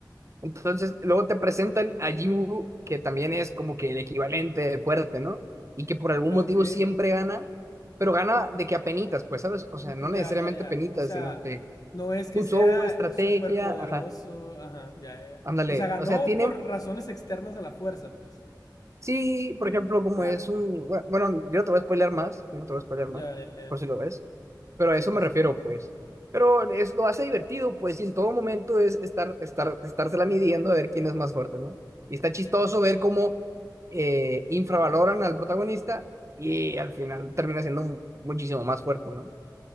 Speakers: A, on the right; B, on the left.
A: Entonces, luego te presentan a Yu, que también es como que el equivalente de fuerte, ¿no? Y que por algún
B: Ok.
A: motivo siempre gana, pero gana de que a penitas, pues, ¿sabes? O sea,
B: Mm,
A: no necesariamente
B: Ya, ya, ya.
A: penitas,
B: O sea,
A: sino que
B: no es que
A: usó
B: sea
A: una estrategia,
B: súper poderoso.
A: ajá,
B: Ajá, ya, ya, ya.
A: ándale.
B: O sea, ganó
A: O sea, tiene
B: por razones externas a la fuerza, pues.
A: Sí, por ejemplo, como
B: Ya.
A: es un... bue- Bueno, yo no te voy a spoilear más, yo no te voy a spoilear
B: Ya,
A: más,
B: ya, ya.
A: por si lo ves, pero
B: Sí,
A: a eso
B: sí,
A: me
B: sí.
A: refiero, pues. Pero es, lo hace divertido, pues, y en todo momento es estar, estar, estársela midiendo a ver quién es más fuerte, ¿no? Y está chistoso ver cómo eh, infravaloran al protagonista y al final termina siendo mu- muchísimo más fuerte, ¿no?